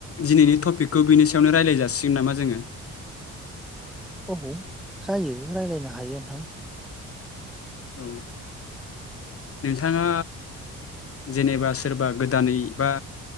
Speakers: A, on the left; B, in the centre.
A: दिनैनि टपिकखौ बेनो याव रायलाय जासिगोन ना जोङो
B: औ जायो राय्लायनो हायो नोंथां।
A: औ नोंथाङा जेनेबा सोरबा गोदानै बा